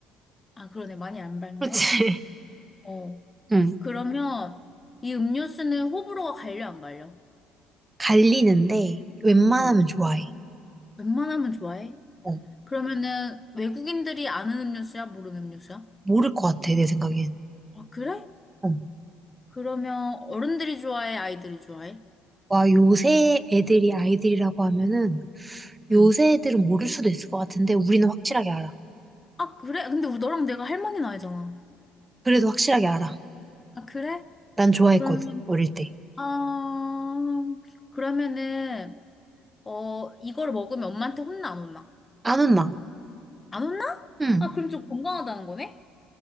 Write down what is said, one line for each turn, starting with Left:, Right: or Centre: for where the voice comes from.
Left: 아, 그러네. 많이 안 밝네.
Right: 그렇지. <laughs>
Left: 어.
Right: 응.
Left: 그러면 이 음료수는 호불호가 갈려, 안 갈려?
Right: 갈리는데 웬만하면
Left: 어.
Right: 좋아해.
Left: 웬만하면 좋아해?
Right: 어,
Left: 그러면은 외국인들이 아는 음료수야? 모르는 음료수야?
Right: 모를 것 같아, 내 생각엔.
Left: 아, 그래?
Right: 어.
Left: 그러면 어른들이 좋아해? 아이들이 좋아해?
Right: 와, 요새 애들이 아이들이라고 하면은 요새
Left: 응.
Right: 애들은 모를 수도 있을 것 같은데 우리는 확실하게 알아.
Left: 아, 그래? 근데 우리 너랑 내가 할머니 나이잖아.
Right: 그래도 확실하게 알아.
Left: 아, 그래?
Right: 난 좋아했거든,
Left: 그러면,
Right: 어릴 때.
Left: 아, 그러면은, 어, 이걸 먹으면 엄마한테 혼나, 안 혼나?
Right: 아문나.
Left: 안 혼나?
Right: 응.
Left: 아, 그럼 좀 건강하다는 거네?